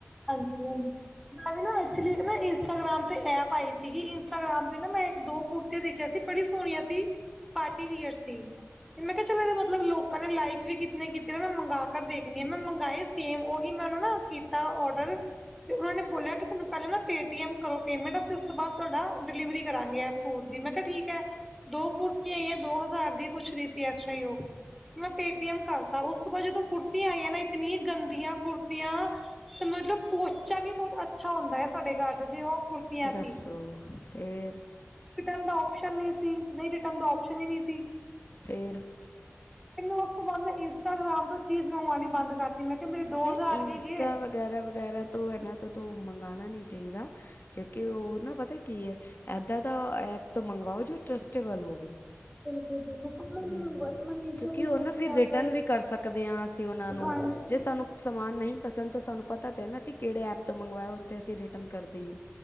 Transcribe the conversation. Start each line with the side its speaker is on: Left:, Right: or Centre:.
Centre: ਹਾਂਜੀ ਹਾਂਜੀ। ਮੈਂ ਵੀ ਨਾ ਐਕਚੁਲੀ ਇੱਕ ਨਾ ਇੰਸਟਾਗ੍ਰਾਮ ਤੇ ਐਪ ਆਈ ਸੀਗੀ ਇੰਸਟਾਗ੍ਰਾਮ ਤੇ ਨਾ ਮੈਂ ਇੱਕ ਦੋ ਕੁੜਤੀ ਦੇਖਿਆ ਸੀ। ਬੜੀ ਸੋਹਣੀਆਂ ਸੀ। ਪਾਰਟੀ ਵੀਅਰ ਸੀ। ਤੇ ਮੈਂ ਕਿਹਾ ਚਲੌ ਇਹਦੇ ਮਤਲਬ ਲੋਕਾਂ ਨੇ ਲਾਈਕ ਵੀ ਕਿਤੇ ਕੀਤੇ ਨੇ ਮੈਂ ਮੰਗਾ ਕਰ ਦੇਖਣੀ ਆ ਮੈਂ ਮੰਗਵਾਏ ਸੇਮ ਉਹੀ ਮੈਨੂੰ ਨਾ ਕੀਤਾ ਔਡਰ ਤੇ ਉਹਨਾਂ ਨੇ ਬੋਲਿਆ ਤੁਹਾਨੂੰ ਪਹਿਲਾਂ ਨਾ ਪੇਟੀਐਮ ਕਰੋ ਪੇਮੈਂਟ ਉਸ ਤੋਂ ਬਾਅਦ ਤੁਹਾਡਾ ਡਿਲੀਵਰੀ ਕਰਾਂਗੇ ਸੁੱਟ ਦੀ ਮੈਂ ਕਿਹਾ ਠੀਕ ਹੈ ਦੋ ਕੁੁਰਤੀਯਾਂ ਆਈਯਾਂ ਦੋ ਹਜ਼ਾਰ ਦੀ ਪੁੱਛ ਰੀ ਸੀ ਇਸ ਤਰ੍ਹਾਂ ਹੀ ਉਹ ਮੈਂ ਪੇਟੀਐਮ ਕਰਤਾ ਉਸ ਤੋਂ ਬਾਅਦ ਜਦੋਂ ਕੁੜਤੀਆਂ ਆਈਆਂ ਨਾ ਇਤਨੀ ਗੰਦੀਆਂ ਕੁੜਤੀਆ ਤੇ ਮਤਲਬ ਪੋਚਾ ਵੀ ਬਹੁਤ ਅੱਛਾ ਹੁੰਦਾ ਹੈ ਸਾਡੇ ਘਰ ਦਾ ਜੇ ਉਹ ਕੁੁਰਤੀਆਂ
Left: ਦੱਸੋ
Centre: ਸੀ।
Left: ਫਿਰ
Centre: ਰਿਟਰਨ ਦਾ ਔਪਸ਼ਨ ਨਹੀਂ ਸੀ ਨਹੀਂ ਤੇ ਰਿਟਰਨ ਦਾ ਔਪਸ਼ਨ ਹੀ ਨਹੀਂ ਸੀ।
Left: ਫੇਰ
Centre: ਮੈਂਨੂੰ ਉਸ ਤੋਂ ਬਾਅਦ ਮੈਂ ਇੰਸਟਾਗ੍ਰਾਮ ਤੋਂ ਚੀਜ਼ ਮੰਗਵਾਉਣੀ ਬੰਦ ਕਰ ਤੇ ਮੈਂ ਕਿਹਾ ਮੇਰੇ ਦੋ
Left: ਨਹੀਂ
Centre: ਹਜ਼ਾਰ
Left: ਇੰਸਟਾ
Centre: ਵੀ ਗਏ।
Left: ਵਗੈਰਾ ਵਗੈਰਾ ਤੋਂ ਇਹਨਾਂ ਤੋਂ ਤੂੰ ਮੰਗਵਾਉਣਾ ਨਹੀਂ ਚਾਹੀਦਾ। ਕਿਉਂਕਿ
Centre: ਜੀ
Left: ਉਹ ਨਾ ਪਤਾ ਕੀ ਹੈ ਏਦਾਂ ਦਾ
Centre: ਹਾਂਜੀ,
Left: ਐਪ ਤੋਂ ਮੰਗਵਾਓ ਜੋ ਟਰੱਸਟੇਬਲ ਹੋਵੇ।
Centre: ਜੀ ਬਿਲਕੁਲ ਆਪਾ
Left: ਹੂੰ
Centre: ਵਰਤਮਾਨ ਏਸ਼ੀਆ
Left: ਕਿਉਂਕਿ
Centre: ਤੋ ਦੇਖਦੇ
Left: ਉਹ ਨਾ ਫਿਰ
Centre: ਹਾਂ
Left: ਰਿਟਰਨ
Centre: ਆਪ,
Left: ਵੀ ਕਰ ਸਕਦੇ ਹਾਂ ਅਸੀਂ ਉਹਨਾਂ ਨੂੰ
Centre: ਹਾਂਜੀ।
Left: ਜੇ ਸਾਨੂੰ ਸਮਾਨ ਨਹੀਂ ਪਸੰਦ ਤੋਂ ਸਾਨੂੰ ਪਤਾ ਤਾਂ ਹੈ ਨਾ ਅਸੀਂ ਕਿਹੜੇ ਐਪ ਤੋਂ ਮੰਗਵਾਇਆ ਉੱਥੇ ਅਸੀਂ ਰਿਟਰਨ ਕਰ ਦੇਈਏ਼।